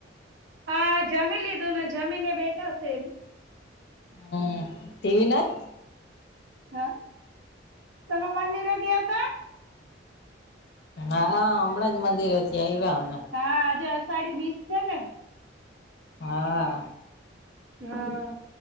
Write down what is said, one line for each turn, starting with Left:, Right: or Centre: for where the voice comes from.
Right: હા જમી લીધું ને જમીને બેઠા છે
Left: હ ટીવી નાથ?
Right: હા તમે મંદિરે ગ્યા હતા?
Left: હા હમણાં જ મંદિરેથી આઈ્યા અમે.
Right: હા આજે અષાઢી વીસ છે ને?
Left: હા
Right: હા